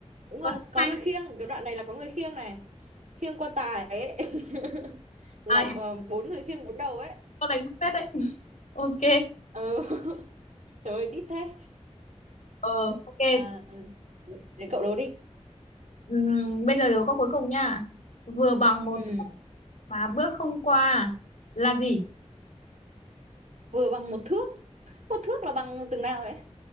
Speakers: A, on the right (about 85°); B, on the left (about 85°).
A: đúng
B: có
A: rồi có
B: hai
A: người khiêng cái đoạn này là có người khiêng này khiêng quan tài ấy <laughs> là
B: à,
A: ờ, bốn người khiêng bốn đầu ấy
B: câu đánh phết đấy ok
A: ừ <laughs> trời ơi đít thế
B: ờ ok
A: à, đến cậu đố đi
B: Ừm, bây giờ đố câu cuối cùng nha vừa bằng một
A: ừ
B: thước mà bước không qua là gì
A: vừa bằng một thước một thước là bằng từng nào ấy